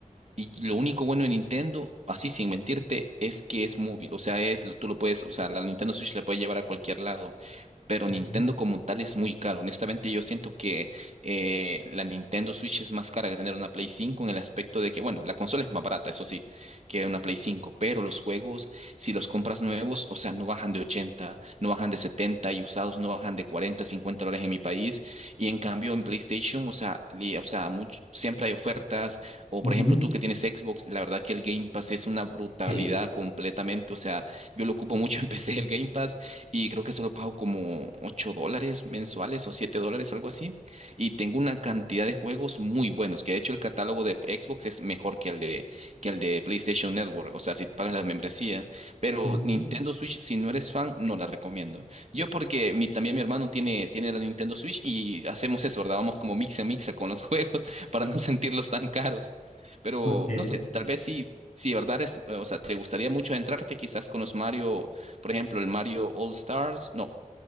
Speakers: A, on the right; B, on the left.
A: Y lo único bueno de Nintendo, así sin mentirte, es que es móvil. O sea, es, tú lo puedes, o sea, la Nintendo Switch la puedes llevar a cualquier lado. Pero
B: Ujú,
A: Nintendo como tal es muy caro. Honestamente, yo siento que eh, la Nintendo Switch es más cara que tener una Play 5 en el aspecto de que, bueno, la consola es más barata, eso sí, que una Play 5. Pero los juegos, si los compras nuevos, o sea, no bajan de 80, no bajan de 70 y usados no bajan de 40, 50 dólares en mi país. Y en cambio en PlayStation, o sea, li- o sea, mucho- siempre hay ofertas o
B: ujú,
A: por ejemplo, tú que tienes Xbox, la verdad que el Game Pass es una brutalidad
B: Sí,
A: completamente. O sea, yo lo ocupo <laughs> mucho en PC el Game Pass y creo que solo pago como 8 dólares mensuales o 7 dólares, algo así. Y tengo una cantidad de juegos muy buenos, que de hecho el catálogo de Xbox es mejor que el de, que el de PlayStation Network. O sea, si pagas la membresía. Pero
B: ujú,
A: Nintendo Switch, si no eres fan, no la recomiendo. Yo porque mi, también mi hermano tiene, tiene la Nintendo Switch y hacemos eso, ¿verdad? Vamos como mixa mixa con los <laughs> juegos para no sentirlos tan caros. Pero
B: ok.
A: no sé, tal vez si, si de verdad es, eh, o sea, te gustaría mucho entrarte quizás con los Mario, por ejemplo, el Mario All Stars. No,